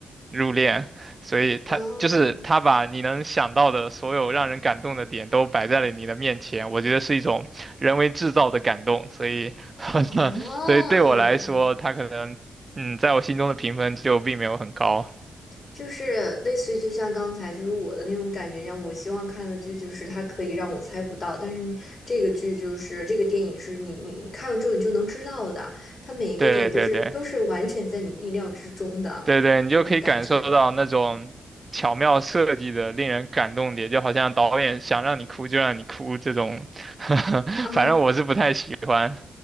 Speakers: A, on the right; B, on the left.
A: 入殓，所以他就是他把你能想到的所有让人感动的点都摆在了你的面前，
B: 哦，
A: 我觉得是一种人为制造的感动，所以，<laughs>
B: 哦。
A: 所以对我来说，他可能嗯，在我心中的评分就并没有很高。
B: 就是类似于就像刚才就是我的那种感觉一样，我希望看的剧就是它可以让我猜不到，但是这个剧就是这个电影是你你看了之后你就能知道的，它每一个点就是都是完全在你意料之中的那种感觉。
A: 对对对对对，你就可以感受到那种巧妙设计的令人感动点，就好像导演想让你哭就让你哭这种，<laughs>
B: 啊。
A: 反正我是不太喜欢。